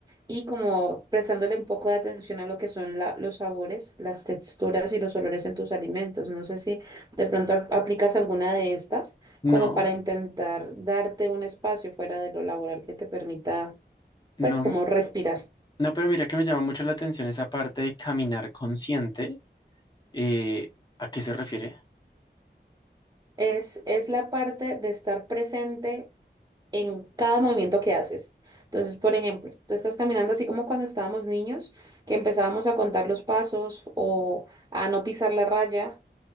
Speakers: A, on the right; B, on the left.
A: y como prestándole un poco de atención a lo que son la- los sabores, las texturas y los olores en tus alimentos. No sé si de pronto ap- aplicas alguna de estas
B: No,
A: como para intentar darte un espacio fuera de lo laboral que te permita,
B: no,
A: pues, como respirar.
B: no, pero mira que me llama mucho la atención esa parte de caminar consciente. eh, ¿a qué se refiere?
A: Es, es la parte de estar presente en cada movimiento que haces. Entonces, por ejemplo, tú estás caminando así como cuando estábamos niños, que empezábamos a contar los pasos o a no pisar la raya,